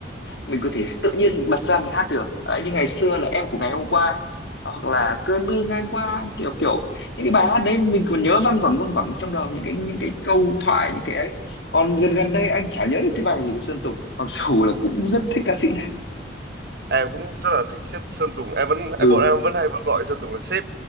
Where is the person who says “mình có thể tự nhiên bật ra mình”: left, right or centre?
Left